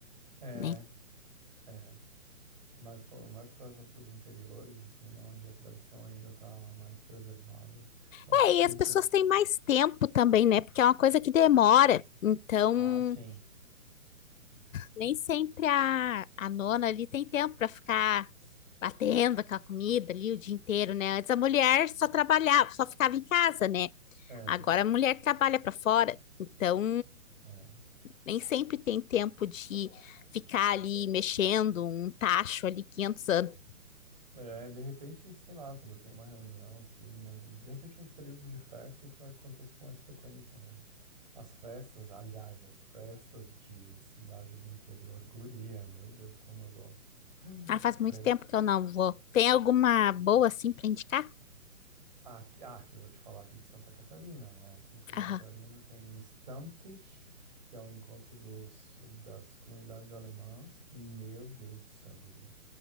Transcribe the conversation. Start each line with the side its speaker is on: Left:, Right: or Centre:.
Right: É.
Left: né?
Right: é. mais pro- mais para os interiores, assim, né, onde a tradição ainda está mais preservada. Eu
Left: É,
Right: acho que
Left: e
Right: tu
Left: as
Right: encontra.
Left: pessoas têm mais tempo também, né? Porque é uma coisa que demora. Então,
Right: Ah, sim.
Left: nem sempre a, a nona ali tem tempo para ficar batendo aquela comida ali o dia inteiro, né? Antes a mulher só trabalhava, só ficava em casa, né?
Right: É,
Left: Agora a mulher trabalha para fora. Então,
Right: é.
Left: Nem sempre tem tempo de ficar ali mexendo um tacho ali 500 anos.
Right: É, de repente, sei lá, quando tem uma reunião, assim, mas de repente nos períodos de festa isso acontece com mais frequência, né? As festas, aliás, as festas de cidade do interior, guria, meu Deus, como eu gosto. <gasps> Hum.
Left: Ah, faz muito
Right: Pra
Left: tempo
Right: ir.
Left: que eu não vou. Tem alguma boa assim pra indicar?
Right: Aqui, ah, aqui eu vou te falar aqui de Santa Catarina, né? Aqui de Santa
Left: Aham.
Right: Catarina tem o Stammtisch, que é o encontro dos, das comunidades alemãs. Meu Deus do céu, guria.